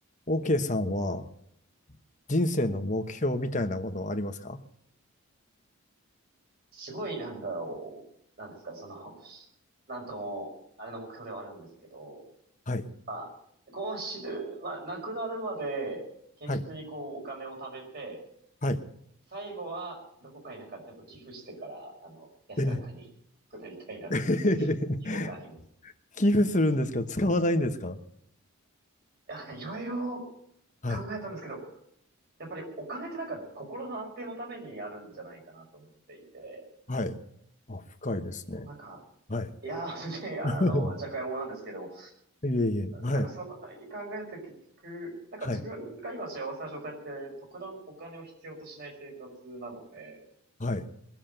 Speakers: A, on the left; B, on the right.
A: OK さんは人生の目標みたいなものはありますか
B: すごいなんだろう。なんですかね、その、<laughs> なんとも、あれの目標ではあるんですけど、
A: はい。
B: まあ、こう死ぬ、まあ、亡くなるまで、堅実にこう、
A: はい。
B: お金を貯めて、
A: はい。
B: 最後は、どこかになんか全部寄付してから、あの、安らかに
A: ええ
B: <laughs> 亡くなりたいなっていう
A: <laughs>
B: <laughs> 目標があります。
A: 寄付するんですか使わないんですか
B: いなんかいろいろ
A: はい。
B: 考えたんですけど、やっぱりお金ってなんか心の安定のためにあるんじゃないかなと思っていて、
A: はい。あ、深いですね。
B: 結構なんか、
A: はい。
B: いや、<laughs> 全然、あの、
A: <laughs>
B: じゃがいもなんですけども、
A: いえいえ。はい。
B: なんかその何に考えて結局、なんか自分が今幸せな状態って特段お金を必要としない生活なので、
A: はい。はい。